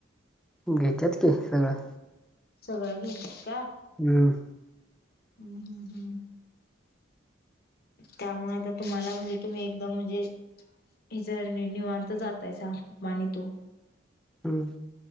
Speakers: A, in the centre; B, on the left (about 50°).
A: घेत्यात की सगळं.
B: सगळं घेत्यात.
A: हम.
B: हम हम हम. त्यामुळे आता तुम्हाला म्हणजे तुम्ही एकदम म्हजे ही च ज निवांत जातायसा मा आणि तू
A: हम्.